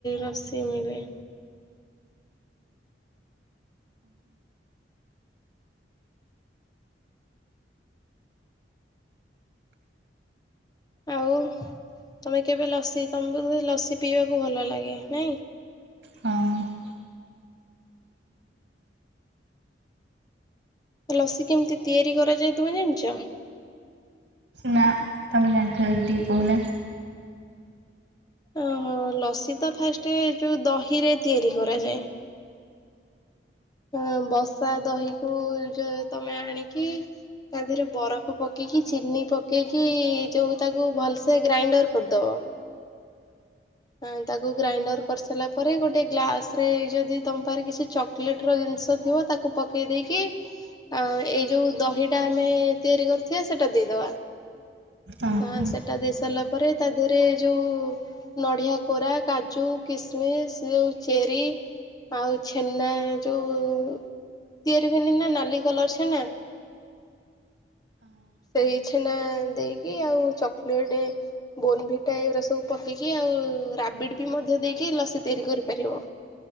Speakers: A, on the left; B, on the right.
A: ରସି ମିଳେ। ଆଉ। ତମେ କେବେ ଲସି ତମକୁ ବୋଧେ ଲସି ପିଇବାକୁ ଭଲ ଲାଗେ ନାଇଁ?
B: ହଁ
A: ଲସି କେମିତି ତିଆରି କରାଯାଏ ତୁମେ ଜାଣିଛ?
B: ନା ତମେ ଜାଣିଛ ଯଦି କଉନା।
A: ଓହୋ ଲସି ତ ଫାଷ୍ଟେ ଯୋଉ ଦହିରେ ତିଆରି କରାଯାଏ। ହ ବସା ଦହି କୁ ଯଉ ତମେ ଆଣିକି? ତା ଦେହରେ ବରଫ ପକେଇକି ଚିନି ପକେଇକି ଯୋଉ ତାକୁ ଭଲସେ ଗ୍ରାଇଣ୍ଡର କରିଦବ। ହ <inaudible> ହଁ ତାକୁ ଗ୍ରାଇଣ୍ଡର କରିସାରିଲା ପରେ ଗୋଟେ ଗ୍ଲାସ ରେ ଯଦି ତମ ପାଖରେ କିଛି ଚକୋଲେଟ ର ଜିନିଷ ଥିବ ତାକୁ ପକେଇ ଦେଇକି? ଆ ଏଇ ଯୋଉ ଦହିଟା ଆମେ ତିଆରି କରିଥିବା ସେଇଟା ଦେଇଦବା।
B: ଓହୋ
A: ହଁ ସେଟା ଦେଇ ସାରିଲା ପରେ ତା ଦେହରେ ଯୋଉ ନଡ଼ିଆ କୋରା କାଜୁ କିସମିସ ଯୋଉ ଚେରି। ଆଉ ଛେନା ଯୋଉ ତିଆରି ହୁଏନି ନା ନାଲି କଲର ଛେନା। ସେଇ ଛେନା ଦେଇକି ଆଉ ଚକୋଲେଟ ବୋନ ଭିଟା ଏଗୁଡା ସବୁ ପକେଇକି ଆଉ। ତାକୁ ରାବିଡ ବି ମଧ୍ୟ ଦେଇକି ଲସି ତିଆରି କରିପାରିବ।